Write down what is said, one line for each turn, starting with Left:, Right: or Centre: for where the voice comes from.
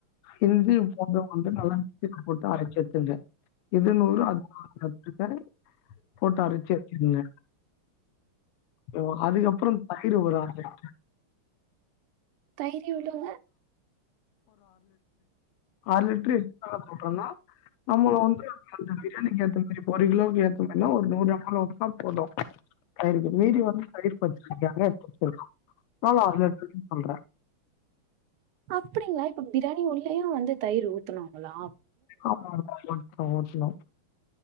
Left: இஞ்சி பூண்டு வந்து நல்லா மிக்ஸில போட்டு அரைச்சு எடுத்துக்ங்க இது நூறு அது நூறு அப்பிடித்தானே போட்டு அரைச்சு வச்சிருங்க ம் அதுக்கு அப்பறோ தயிர் ஒரு அர லிட்டர்
Right: தயிர் எவ்வளங்க
Left: அர லிட்டர் எதுக்காக சொல்றேனா நம்மள வந்து அந்த பிரியாணிக்கு ஏத்த மாதிரி போட் ஒரு கிலோக்கு ஏத்த மாரின்னா ஒரு நூறு கிராம் அவ்ளே ஊத்னா போதூ தயிருக்கு மீதி வந்து தயிர் பச்சடிக்காக எடுத்து வச்சிருக்கோ னால ‌அர லிட்டர் சொல்றே
Right: அப்படிங்களா இப்ப பிரியாணி உள்ளேயும் வந்து தயிர் ஊத்தனூங்ளா
Left: ஆமா ஆமா கொஞ்சோ ஊத்னோ